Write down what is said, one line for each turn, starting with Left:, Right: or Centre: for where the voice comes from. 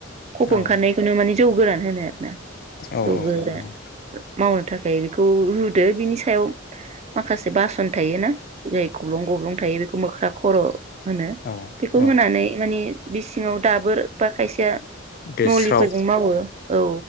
Left: औ
Right: खफ' ओंखारनायखौनो माने जौ गोरान होनो आरोना
Left: औ
Right: जौ
Left: औ
Right: गोरान
Left: नंगौ नंगौ
Right: मावनो थाखाय बेखौ रुदो बिनि सायाव माखासे बासन थायोना जाय गब्लं गब्लं थायो बेखौ मोख्रा खर' होनो
Left: औ
Right: बेखौ
Left: औ
Right: होनानै माने बि सिङाव दाबोर बा खायसेया
Left: दोस्राव
Right: नलिफोरजों मावो औ